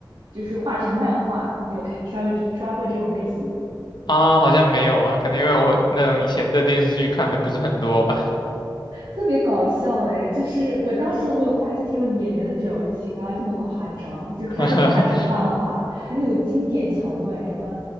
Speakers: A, on the right (about 75°); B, on the left (about 60°).
A: 就是画成漫画，你有看刷过刷过这种类型的吗
B: 啊，好像没有啊，可能因为我那种以前的电视剧看的不是很多吧。
A: 特别搞笑哎，就是我当时都没有发现这种演员的表情啊这么夸张，就是他就画成漫画，
B: <laughs>
A: 那种经典桥段什么，